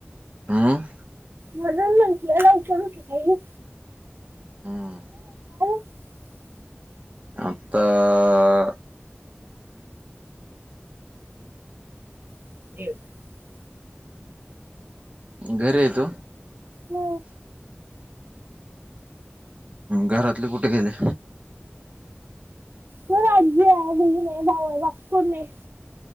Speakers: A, on the right (about 35°); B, on the right (about 60°).
A: हम
B: म्हणून म्हंटल लवकर उठलायस
A: हम्म
B: <unintelligible>
A: ता आ
B: <unintelligible>
A: घरी येतो.
B: हो
A: म घरातले कुठे गेले.
B: हो आजी आहे बहीण आहे भाव याक पण नाही